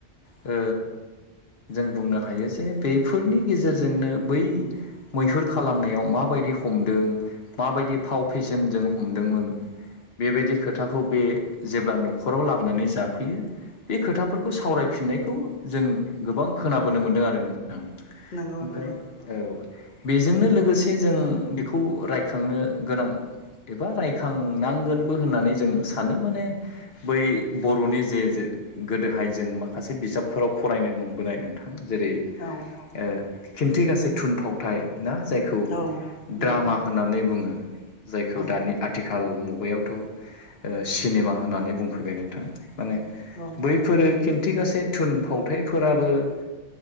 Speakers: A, on the left; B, on the left.
A: ओ जों बुंनो हायो जे बेफोरनि गेजेरजोंनो बै मैहुर खालामनायाव माबायदि हमदों माबायदि फाव फेसेनजों हमदोंमोन बेबायदि खोथाखौ बे जेब्ला न'खराव लाबोनानै जाफैयो बे खोथाफोरखौ सावराय फिननायखौ जों गोबां खोनाबोनो मोन्दों आरो नोंथां
B: नंगौ
A: ओमफ्राय
B: नंगौ
A: औ बेजोंनो लोगोसे जों बेखौ रायखांनो गोनां एबा रायखांनांगोनबो होननानै जों सानो माने बै बर'नि जे-जे गोदोहाय जों माखासे बिजाबफोराव फरायनो मोनबोनाय नों जेरै
B: औ
A: ओ खिन्थिगासे थुनफावथाय ना जायखौ
B: औ नंगौ
A: द्रामा होननानै बुङो जायखौ
B: औ
A: दानि आथिखाल मुगायावथ' ओ सिनेमा होननानै बुंफैबाय नोंथां माने
B: औ
A: बैफोरो खिन्थिगासे थुनफावथायफोराबो ओ